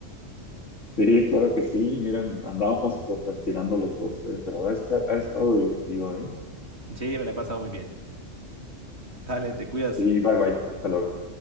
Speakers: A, on the left; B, on the right.
A: Sí, claro que sí. Miren, andábamos procrastinando los dos, eh, pero ha esta- ha estado divertido, ¿eh?
B: <laughs> Sí, me la he pasado muy bien. Dale, te cuidas.
A: Sí, bye bye. Hasta luego.